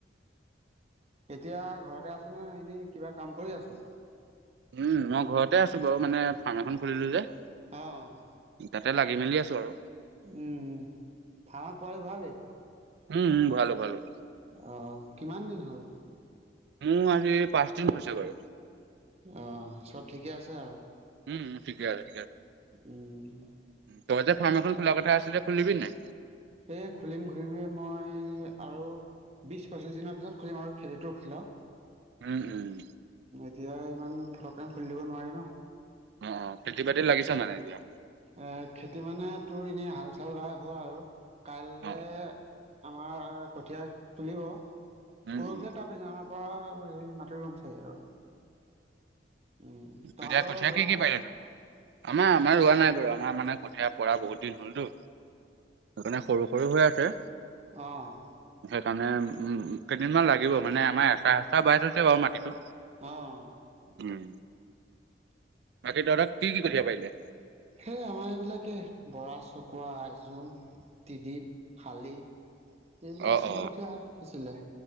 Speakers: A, on the right (about 35°); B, on the right (about 60°).
A: এতিয়া ঘৰতে আছ' নে এনেই কিবা কাম কৰি আছ'?
B: উম, মই ঘৰতে আছোঁ বাৰু মানে ফাৰ্ম এখন খুলিলোঁ যে।
A: অ', অ'।
B: তাতে লাগি মেলি আছোঁ আৰু।
A: উম, <unintelligible> পোৱালী ভৰালি
B: উম, ভঁৰালো, ভঁৰালো।
A: অ', কিমান দিন হ'ল?
B: উম, আজি পাঁচদিন হৈছেগৈ।
A: অ', চব ঠিকে আছে আৰু।
B: উম, ঠিকে আছ
A: উম।
B: তই যে ফাৰ্ম এখন খোলা কথা আছিলে খুলিবি নাই?
A: এ, খুলিম, খুলিমেই মই আৰু বিচ, পঁচিশ দিনৰ পিছত খুলিম, আৰু খেতিটোৰ <unintelligible>
B: উম, উম।
A: এতিয়া ইমান ফতককে খুলি দিব নোৱাৰি ন'।
B: অ', অ', খেতি বাতিত
A: এ,
B: লাগিছ মানে এতিয়া?
A: খেতি মানে তোৰ এনেই হাল, চাল বাই হ'ল আৰু। কাইলে
B: অ', অ',
A: আমাৰ কঠীয়া তুলিব,
B: উম,
A: পৰহিলৈ
B: উম,
A: তাৰ পিছ <unintelligible> পৰা হেৰি মাটি ৰুম চাগে আৰু। উম, তহঁতৰ
B: এতিয়া কঠীয়া
A: ৰোৱা
B: কি, কি
A: নাই
B: পাৰিলা? <unintelligible> আমাৰ, আমাৰ ৰোৱা নাই বাৰু, আমাৰ মানে কঠীয়া পৰা বহুত দিন হ'লতো। <unintelligible> সৰু, সৰু হৈ আছে।
A: অ'।
B: <unintelligible> কেইদিনমান লাগিব, মানে আমাৰ এচাহ, এচাহ বাই থৈছে বাৰু মাটিটো।
A: অ'।
B: উম, বাকী তহঁতৰ কি, কি কঠীয়া পাৰিলে?
A: সেইয়া আমাৰ এইবিলাকে বৰা চকুৱ আইজোং টিডিপ শালি। এইবিলাক
B: অ',
A: চব
B: অ',
A: কঠীয়া সিঁচিলে।